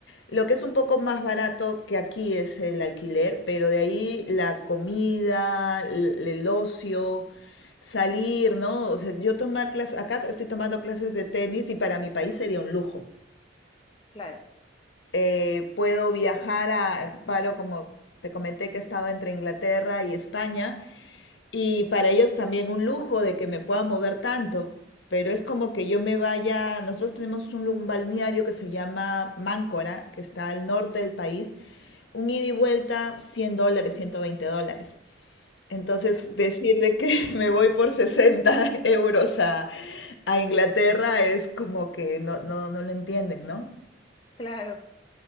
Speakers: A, on the left; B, on the left.
A: Lo que es un poco más barato que aquí es el alquiler, pero de ahí la comida, el, el ocio, salir, ¿no? O sea, yo tomar clases, acá estoy tomando clases de tenis y para mi país sería un lujo.
B: claro,
A: Eh, puedo viajar a, paro como te comenté que he estado entre Inglaterra y España. Y para ellos también un lujo de que me pueda mover tanto, pero es como que yo me vaya, nosotros tenemos un, lu- un balneario que se llama Máncora, que está al norte del país, un ida y vuelta 100 dólares, 120 dólares. Entonces,
B: ya,
A: decir de que <laughs> me voy por 60 <laughs> euros a, a Inglaterra es como que no, no, no lo entienden, ¿no?
B: claro.